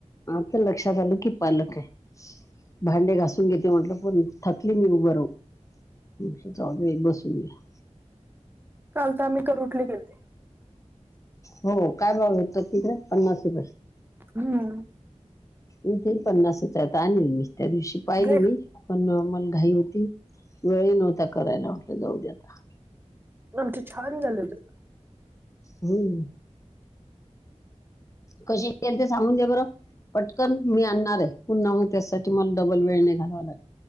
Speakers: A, on the left; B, on the right.
A: आता लक्षात आलं की पालक हाय. भांडे घासून घेते म्हटलं, पण थकली मी उभ राहून जाऊ दे बसून घ्या.
B: काल तर आमी करू उठले गेलते.
A: हो काय भाव येत तिकडे? पन्नास रुपये.
B: हम्म.
A: मी ती पन्नासच हयात आणली मी त्या दिवशी पाहिली
B: घे
A: मी. पण मला घाई होती वेळ ही नव्हता करायला म्हटलं जाऊ दे आता.
B: आमचं छान झालं होतं.
A: हम. कसे येल ते सांगून द बरं? पटकन मी आणणार आहे, पुन्हा मग त्यासाठी मला. डबल वेळ नाही घालवायला.